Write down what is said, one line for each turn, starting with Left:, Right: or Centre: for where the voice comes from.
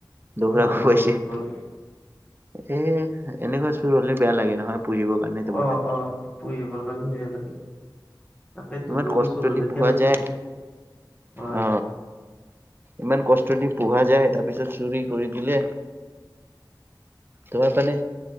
Right: দঘৰাৰাকো
Left: অ অ
Right: পৈছে
Left: গৰু
Right: এ এনেকুৱা চুৰ হলে। বেয়া লাগে নহয় পুহিব কাৰণে এটো
Left: অ
Right: মানে।
Left: অ পুহিবৰ কাৰণে বেয়া লাগে তাকেতো
Right: ইমান
Left: গৰু
Right: কষ্ট
Left: চুৰ হলে
Right: দি পহোৱা
Left: কেনেকে
Right: যায়।
Left: হয়
Right: অ ইমান কষ্ট দি পোহা যায় তাৰপিছত চুৰি কৰি দিলে তোমাৰ পান